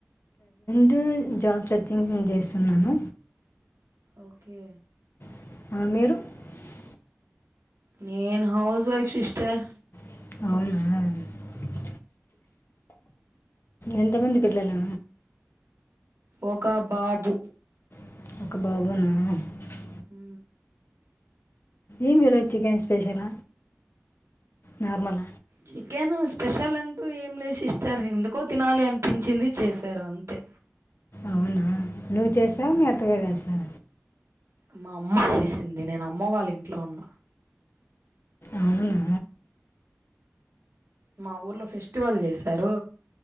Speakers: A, on the left; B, on the right.
A: అ జాబ్ సర్చింగ్ నేను చేస్తున్నాను
B: ఓకే
A: <unintelligible>
B: నేను హౌస్ వైఫ్ సిస్టర్
A: <unintelligible> ఎంతమంది పిల్లలు
B: ఒక బాబు
A: <inaudible>
B: ఇ
A: ఏమిరోజు chicken special normal
B: chicken special అంటూ ఏం లేదు సిస్టర్ ఎందుకో తినాలి అనిపించింది చేసారు అంతే
A: అవునా నువ్వు చేసావ మీ అత్తగారు చేశార
B: మా అమ్మ చేసింది నేను అమ్మ వాళ్ళ ఇంట్లో ఉన్న
A: అవునా
B: మా ఊర్లో ఫెస్టివల్ చేసారు